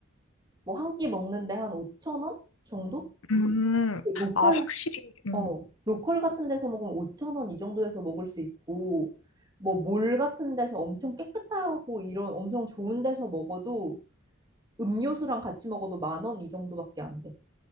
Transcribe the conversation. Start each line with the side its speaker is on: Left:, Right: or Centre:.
Right: 뭐 한 끼 먹는데 한 5천 원 정도?
Left: 음,
Right: 그 로컬
Left: 아, 확실히. 음.
Right: 어 로컬 같은 데서 먹으면 5천 원 이 정도에서 먹을 수 있고 뭐 몰 같은 데서 엄청 깨끗하고 이런 엄청 좋은 데서 먹어도 음료수랑 같이 먹어도 만원 이 정도밖에 안 돼.